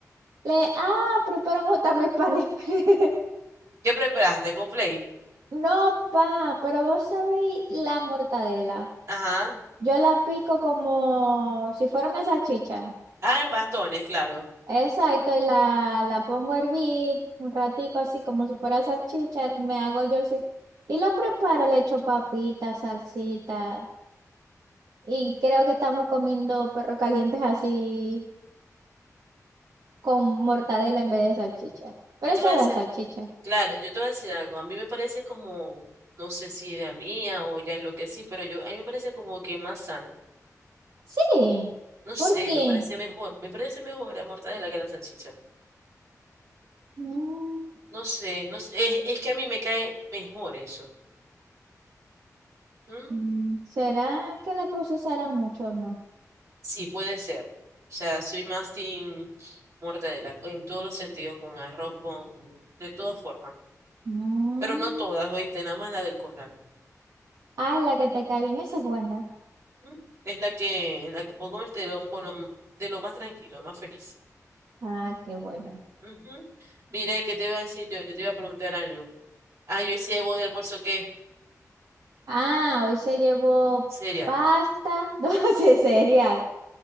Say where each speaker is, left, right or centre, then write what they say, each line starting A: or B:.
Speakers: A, on the right; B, on the right.
A: Le, ah, preparamos también panes. <laughs>
B: ¿Qué preparaste? ¿Con play?
A: No, pan, pero vos sabéis la mortadela.
B: Ajá.
A: Yo la pico como si fuera una salchicha.
B: Ah, en bastones, claro.
A: Exacto, y la, la pongo a hervir un ratico así como si fuera salchicha, me hago yo así. Y lo preparo, le echo papita, salsita. Y creo que estamos comiendo perros calientes así con mortadela en vez de salchicha. Pero
B: Yo te
A: sabe
B: voy a decir.
A: a salchicha.
B: Claro, yo te voy a decir algo. A mí me parece como, no sé si idea mía o ya en lo que sí, pero yo, a mí me parece como que más sano.
A: Sí,
B: No sé,
A: ¿por qué?
B: me parece mejor. Me parece mejor la mortadela que la salchicha.
A: Mm,
B: No sé, no sé, es, es que a mí me cae mejor eso. ¿Mm?
A: mm, ¿Será que la procesaran mucho o no?
B: Sí, puede ser. O sea, soy más team mortadela en todos los sentidos, con arroz, con, de todas formas.
A: Mm.
B: Pero no todas, oíste, nada más la del corral.
A: Ah, la que te cae bien, esa es buena.
B: ¿Mm? Es la que, la que puedo comer de lo, con lo- de lo más tranquilo, más feliz.
A: Ah, qué buena.
B: Ujú. mira ¿qué te iba a decir yo? Yo te iba a preguntar algo. Ay, hoy hice de almuerzo, ¿qué?
A: Ah, hoy se llevó
B: Cereal.
A: pasta, <laughs> no sé, cereal.